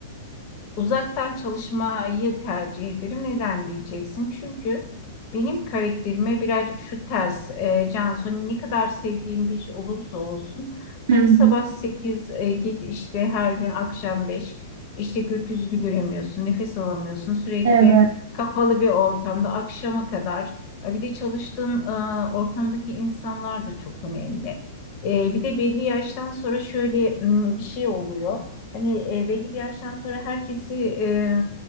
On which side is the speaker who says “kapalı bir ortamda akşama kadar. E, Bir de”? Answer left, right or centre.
Left